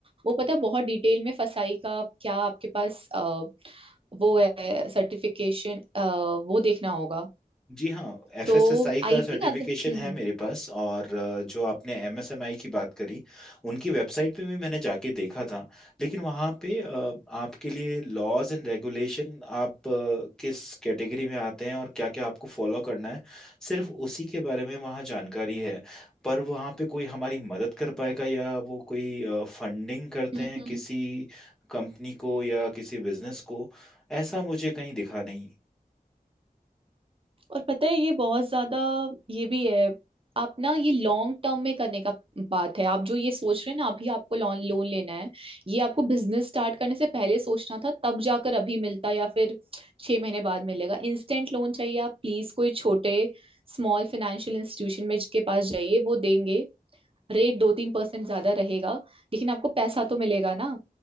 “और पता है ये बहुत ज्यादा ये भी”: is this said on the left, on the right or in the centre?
Right